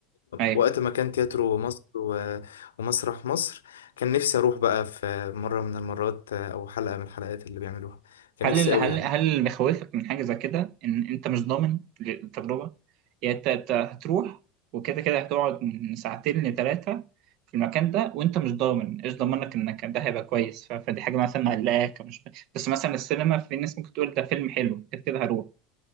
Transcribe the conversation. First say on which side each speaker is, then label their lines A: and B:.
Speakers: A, on the right (about 55°); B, on the left (about 80°).
A: ايوه
B: وقت ما كان تياترو مصر و- ومسرح مصر كان نفسي اروح بقى في مرة من المرات آه، او حلقة من الحلقات اللي بيعملوها كان
A: هل
B: نفسي
A: ال-
B: قوي
A: هل
B: يعني
A: هل اللي بيخوفك من حاجة زي كده ان انت مش ضامن التجربة يعني انت انت هتروح وكده كده هتقعد من ساعتين لثلاثة في المكان ده وانت مش ضامن ايش ضمنك انك ده هيبقى كويس ف- فدي حاجة مثلا مقلقاك مش بس مثلا السينما في ناس ممكن تقول ده فيلم حلو كده كده هروح